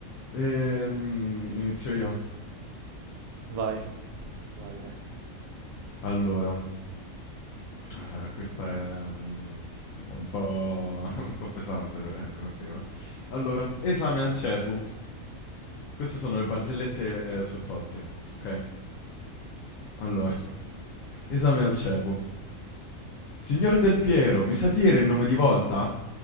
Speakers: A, on the left; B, on the right.
A: Ehm, inizio io.
B: Vai. Vai, dai.
A: Allora, eh, questa è, mm, è un po', <laughs> un po' pesante per- come prima. Allora, esame al CEPU. Queste sono le barzellette eh, su Totti, ok? Allora, <laughs> esame al CEPU. Signor Del Piero, mi sa dire il nome di volta?